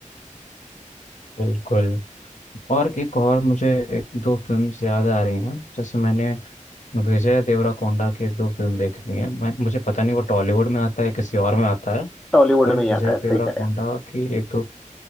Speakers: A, on the left; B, in the centre.
A: बिल्कुल और एक और मुझे एक दो फिल्म्स याद आ रही हैं जैसे मैंने विजय देवराकोंडा की दो फिल्म देख ली है मैं मुझे पता नहीं वो टॉलीवुड में आता है किसी और में आता है
B: टॉलीवुड
A: पर
B: में ही
A: विजय
B: आता है सही
A: देवराकोंडा
B: कह रहे हैं
A: की एक दो